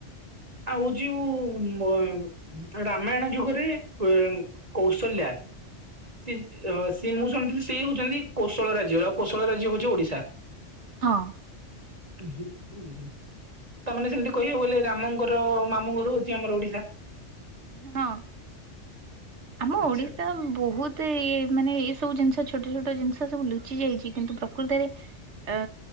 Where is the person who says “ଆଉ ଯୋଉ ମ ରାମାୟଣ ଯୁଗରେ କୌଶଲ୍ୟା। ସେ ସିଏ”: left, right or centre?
Right